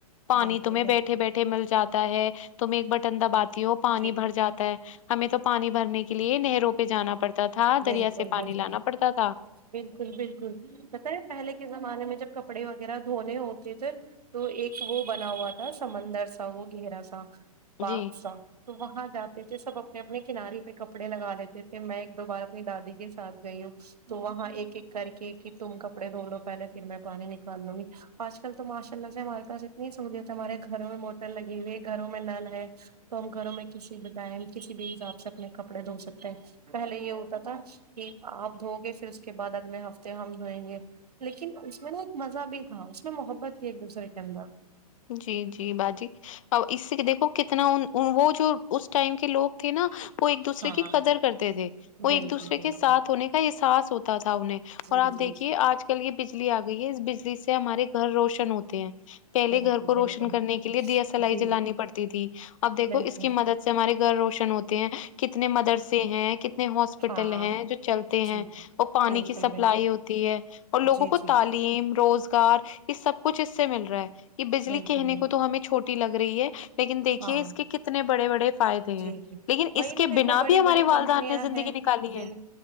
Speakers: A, on the left; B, on the right.
A: پانی
B: بالکل
A: تمہیں
B: بالکل
A: بیٹھے بیٹھے مل جاتا ہے تمیں ایک بٹن دباتی ہو پانی
B: جی
A: بھر جاتا ہے ہمیں تو پانی بھرنے کے لیے نہروں پہ جانا پڑتا تھا
B: بالکل
A: دریا سے پانی
B: بالکل
A: لانا پڑتا تھا
B: بالکل بالکل پتہ ہے پہلے کے زمانے میں جب کپڑے وغیرہ دھونے ہوتے تھے تو ایک وہ بنا ہوا تھا سمندر سا وہ گہرا سا پاک
A: جی
B: صاف تو وہاں جاتے تھے سب اپنے اپنے کنارے پہ کپڑے لگا لیتے تھے میں ایک دو بار اپنی دادی کے ساتھ گئی ہوں تو وہاں ایک ایک کر کے کہ تم کپڑے دھو لو پہلے پھر میں پانی نکال لوں گی آج کل تو ماشاء اللہ سے ہمارے پاس اتنی سہوولت ہے ہمارے گھروں میں موٹر لگی ہوئی ہے گھروں میں نل ہے تو ہم گھروں میں کسی بھی ٹائم کسی بھی حساب سے اپنے کپڑے دھو سکتے ہیں پہلے یہ پتہ ہے کہ آپ دھو گے پھر اس کے بعد اگلے ہفتے ہم دھوئیں گے لیکن اس میں نا ایک مزہ بھی تھا اس میں محبت تھی ایک دوسرے کے اندر
A: جی جی باجی ا اس سے دیکھو کتنا وہ جو اس ٹائم کے لوگ تھے نا وہ ایک دوسرے
B: ہاں
A: کی قدر کرتے تھے وہ ایک
B: بالکل
A: دوسرے
B: بالکل
A: کے ساتھ ہونے کا احساس ہوتا تھا انہیں
B: جی
A: اور
B: جی
A: آپ دیکھیے
B: جی
A: آج کل یہ بجلی آ گئی ہے اس بجلی سے ہمارے گھر روشن ہوتے ہیں پہلےگھر
B: بالکل
A: کو روشن
B: بالکل
A: کرنے کے لیے دیا سلائی
B: جی
A: جلانی پڑتی تھی اب دیکھو
B: بالکل
A: اس کی مدد سے ہمارے گھر روشن ہوتے ہیں کتنے مدرسے ہیں کتنے ہاسپٹل
B: ہاں
A: ہیں جو چلتے ہیں
B: جی
A: وہ پانی
B: بالکل
A: کی سپلائی
B: بالکل
A: ہوتی ہے اور لوگوں
B: جی
A: کو
B: جی
A: تعل یم روزگار یہ سب کچھ اس سے مل رہا ہے یہ بجلی
B: بالکل
A: کہنے
B: بالکل
A: کو تو ہمیں چھوٹی لگ رہی ہے لیکن دیکھیے
B: ہاں
A: اس کے کتنے بڑے بڑے فائدے
B: جی
A: ہیں
B: جی
A: لیکن
B: وہی
A: اس
B: نا
A: کے
B: دیکھو
A: بنا
B: بڑی
A: بھی ہمارے
B: بڑی
A: والدین
B: کمپنیاں
A: نے زندگی
B: ہیں
A: نکالی
B: بل
A: ہے